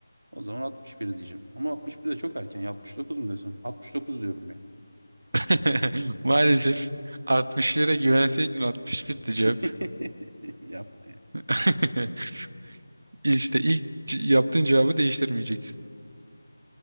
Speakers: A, on the right; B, on the right.
A: O zaman 61 diyeceğim. Ama 61 de çok erken. 69 mu desem? 69 diyorum ya.
B: <laughs> Maalesef 60'lara güvenseydin 61'di
A: <laughs>
B: cevap.
A: Yapma ya.
B: <laughs> İşte ilk c- yaptığın cevabı değiştirmeyeceksin.